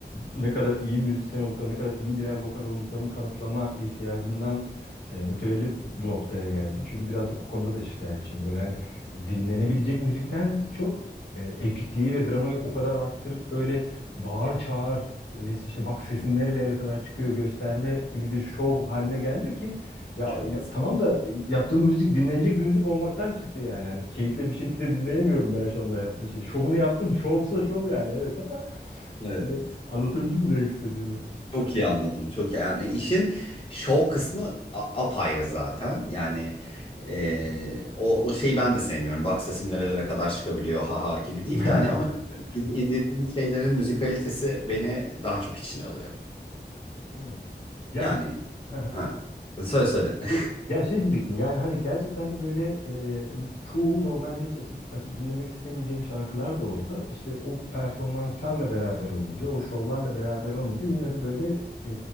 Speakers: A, on the left; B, on the left.
A: ne kadar iyi müzisyen olduklarını, ne kadar iyi birer vokal olduklarını kanıtlama ihtiyacından e, mütevellit bu noktaya geldi. Çünkü birazcık o konuda da şikayetçiyim. Böyle hani dinlenebilecek müzikten çok e, epikliği ve dramayı o kadar arttırıp böyle bağır çağır ve işte bak sesim nerelere kadar çıkıyor gösterme gibi bir şov haline geldi ki ya,
B: Evet.
A: ya tamam da yaptığım müzik dinlenecek bir müzik olmaktan çıktı yani. Hani keyifle bir şekilde dinleyemiyorum ben şu anda yaptığım şey. Şovunu yaptın. Şovsa şov yani evet ama
B: Evet.
A: Hani anlatabildim mi demek istediğimi?
B: Çok iyi anladım. Çok iyi. Yani işin şov kısmı a- apayrı zaten. Yani e, o, o şeyi ben de sevmiyorum. Bak sesim nerelere kadar çıkabiliyor haha gibi değil
A: <laughs>
B: de hani ama iz- izlediğim şeylerin müzikalitesi beni daha çok içine alıyor.
A: Evet. Ya
B: Yani
A: <laughs>
B: ha. Söyle söyle. <laughs>
A: bu- ya şey diyecektim. Yani hani gerçekten de böyle e, n- çoğu normalde hiç açıp açıp dinlemek istemeyeceğim şarkılar da olsa işte o performanslarla beraber olunca, o şovlarla beraber olunca yine de böyle e,